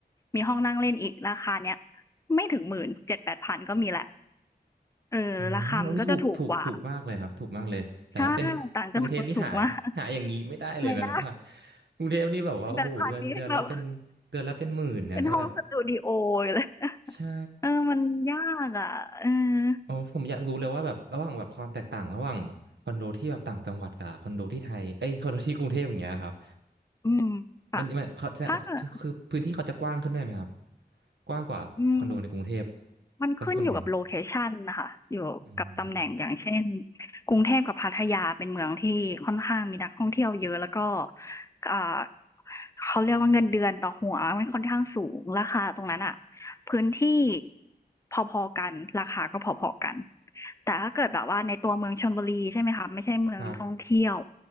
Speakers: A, on the left; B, on the right.
A: มีห้องนั่งเล่นอีกราคาเนี้ยไม่ถึงหมื่นเจ็ดแปดพันก็มีแหละเออราคามันก็จะถูกกว่า
B: อืมโอ้ยถูกถูกถูกมากเลยครับถูกมากเลยแต่ถ้าเป็นกรุงเทพนี่หาหาอย่างนี้ไม่ได้เลยนะครับว่า
A: ใช่ต่างจังหวัดถูกมากไม่ได้
B: กรุงเทพนี่แบบว่าโอ้โหเดือนเดือนละเป็น
A: เป็นแบบพาณิชย์แบบ
B: เดือนละเป็นหมื่นเนี่ยถ้าแบบ
A: เป็นห้องสตูดีโอเลย
B: ใช่
A: เออ มันยากอะเออ
B: โอ้ผมอยากรู้เลยว่าแบบระหว่างแบบความแตกต่างระหว่างคอนโดที่แบบต่างจังหวัดกับคอนโดที่ไทยเอ้ยคอนโดที่กรุงเทพอย่างเงี้ยครับ
A: อืมค่ะ
B: มันมันเขาจะคือคือพื้นที่เขาจะกว้างขึ้นด้วยไหมครับ
A: ถ้าเกิด
B: กว้างกว่าคอนโดในกรุงเทพ
A: อืม มันขึ้นอยู่กับโลเคชันนะคะอยู่กับตำแหน่งอย่างเช่น
B: ซะส่วนใหญ่อืม
A: กรุงเทพกับพัทยาเป็นเมืองที่ค่อนข้างมีนักท่องเที่ยวเยอะแล้วก็อ่าเขาเรียกว่าเงินเดือนต่อหัวมันค่อนข้างสูงราคาตรงนั้นอะพื้นที่พอๆกันราคาก็พอๆกันแต่ถ้าเกิดแบบว่าในตัวเมืองชลบุรีใช่ไหมคะไม่ใช่เมืองท่องเที่ยว
B: ครับ